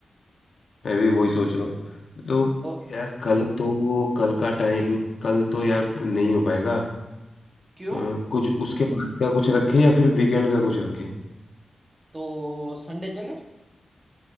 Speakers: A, on the left (about 70°); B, on the right (about 30°).
A: मैं भी वही सोच रहा हूँ तो
B: तो
A: यार कल तो वो कल का टाइम कल तो यार नहीं हो पाएगा
B: क्यों
A: अ, कुछ उसके बाद का कुछ रखें या फिर वीकेंड का कुछ रखें
B: तो संडे चले